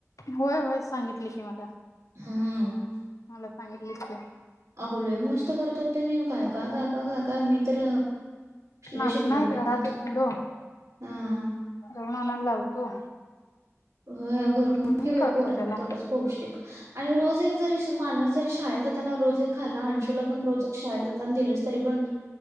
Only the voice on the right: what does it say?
हम्म
अहो लय मस्त करतात ते काय काय काय काय मी तर लय
शिकलोय
बाई
त्यांच्याकडून
हा
हो करून
घे बाई
पोरांना
तेवढंच पौष्टिक. आणि रोज एक जरी श माणूस जरी शाळेत जाताना रोज एक खाला अंशूला पण रोज एक शाळेला जातना दिलेस तरी पण